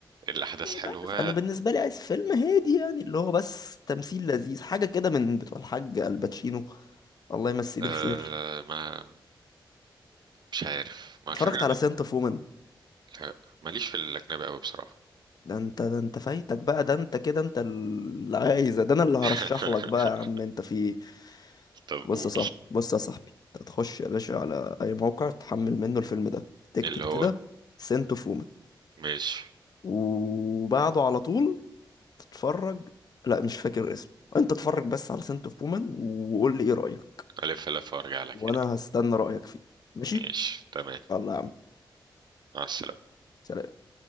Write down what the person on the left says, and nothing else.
ابني
مش عارف انا بالنسبه لي عايز فيلم هادي يعني اللي هو بس تمثيل لذيذ حاجه كده من بتوع الحاج الباتشينو الله يمسيه
بالخير
اتفرجت
على سنت اوف وومن
ده انت ده انت فايتك بقى ده انت كده انت اللي عايزه ده انا اللي هرشح
لك بقى يا عم انت في إيه؟
بص
يا صاحبي بص يا صاحبي انت هتخش يا باشا على اي موقع تحمل منه الفيلم ده تكتب
كده سنت اوف وومن
وبعده على طول تتفرج لا مش فاكر اسمه انت اتفرج بس على سنت اوف وومن وقول لي ايه رأيك
وانا
هستنى رأيك فيه ماشي
يلا يا عم
سلام